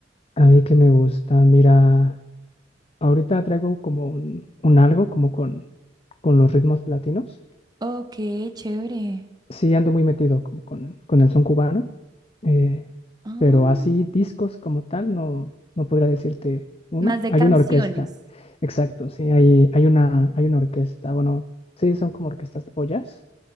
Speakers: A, on the left (about 30°); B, on the right (about 20°).
A: A mí que me gusta, mira, ahorita traigo como un, un algo como con, con los ritmos latinos.
B: ok, chévere.
A: sí ando muy metido como con, con el son cubano, eh,
B: Ah.
A: pero así discos como tal no, no podría decirte uno.
B: más de
A: Hay
B: canciones.
A: una orquesta, exacto, sí, hay, hay una, hay una orquesta, bueno, sí, son como orquestas pollas,